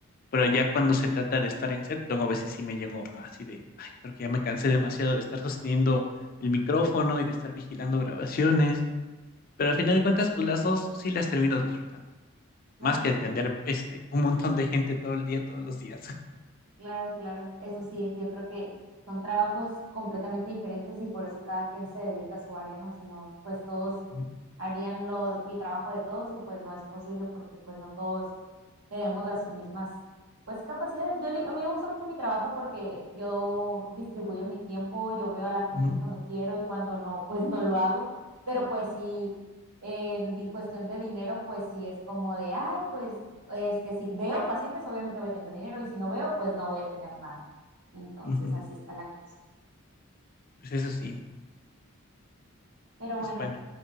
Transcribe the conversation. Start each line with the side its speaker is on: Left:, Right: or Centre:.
Left: pero ya cuando se trata de estar en set, luego a veces sí me llego así de, ay, creo que ya me cansé demasiado de estar sosteniendo el micrófono y de estar vigilando grabaciones, pero al final de cuentas, pues las dos sí las termino disfrutando,
Right: Claro
Left: más que
Right: que
Left: atender este, un montón de gente todo el día, todos los días.
Right: Claro, claro, eso sí, yo creo que son trabajos completamente diferentes y por eso cada quien se dedica a su área, ¿no? Si no, pues todos
Left: <laughs>
Right: harían lo, el trabajo de todos y pues no es posible porque pues no todos tenemos las mismas, pues capacidades. Yo, le- a mí me gusta mucho mi trabajo porque yo distribuyo mi tiempo, yo veo a la gente
Left: Ujú,
Right: cuando quiero y cuando no, pues no lo hago, pero pues sí. En cuestión de dinero, pues sí es como de, ay, pues este, si veo pacientes, obviamente voy a tener dinero y si no veo, pues no voy a tener nada. Entonces,
Left: ujú.
Right: así está la cosa.
Left: Pues eso sí,
Right: Pero
Left: pues
Right: bueno,
Left: bueno.